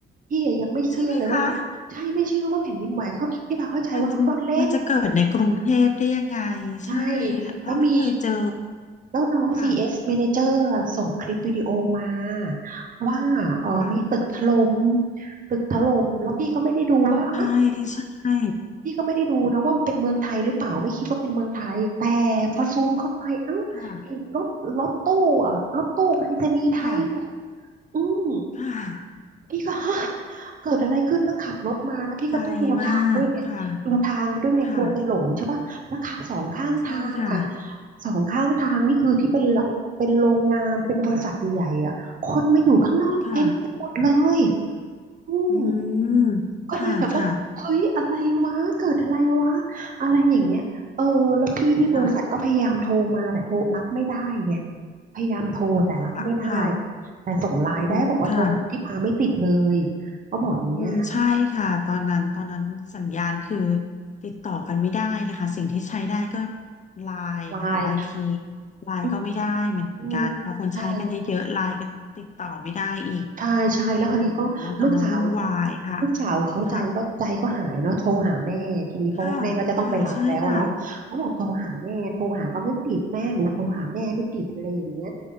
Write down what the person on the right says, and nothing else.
พี่อะยังไม่เชื่อเลยว่าเป็นใช่ไม่เชื่อว่าแผ่นดินไหวเขาพี่ปาเข้าใจว่าเขาพูดเล่น
ใช่แล้วมี แล้วน้อง
CS Manager อะส่งคลิปวิดีโอมาว่าเออมีตึกถล่ม
ตึกถล่มแล้วพี่ก็ไม่ได้ดูว่าเอ้า
พี่ก็ไม่ได้ดูนะว่ามันเป็นเมืองไทยหรือเปล่าไม่คิดว่าเป็นเมืองไทยแต่พอซูมเข้าไปเอ้าเห็นรถรถตู้อะรถตู้ไปรษณีย์ไทยอ่ะ
อืม
พี่ก็ <laughs> ฮะเกิดอะไรขึ้นแล้วขับรถมาแล้วพี่ก็ต้องดูทางด้วยไงดูทางไปด้วยไงกลัวจะหลงใช่ปะแล้วขาสองข้างทางอ่ะ
สองข้างทางนี่คือที่เป็นละเป็นโรงงานเป็นบริษัทใหญ่ๆอ่ะคนมาอยู่ข้างนอกเต็มกันหมดเลย
อืม
ก็เลยแบบว่าเฮ้ยอะไรวะเกิดอะไรวะอะไรอย่างเงี้ยเออแล้วพี่ที่บริษัทก็พยายามโทรมาแต่โทรรับไม่ได้ไง
พยายามโทรแต่รับไม่ได้
แต่ส่งไลน์ได้บอกว่าโทรหาพี่ปาไม่ติดเลย
เขาบอกอย่างเงี้ย
ไลน์
อืมอืมใช่ใช่ใช่แล้วคราวนี้ก็ลูกสาว
ลูกสาวเขาใจก็ใจก็หายเนาะโทรหาแม่ทีนี้เพราะว่าแม่ก็จะต้องไปรับแล้วอะเนาะเขาบอกโทรหาแม่โทรหาก็ไม่ติดแม่หนูโทรหาแม่ไม่ติดอะไรอย่างเงี้ย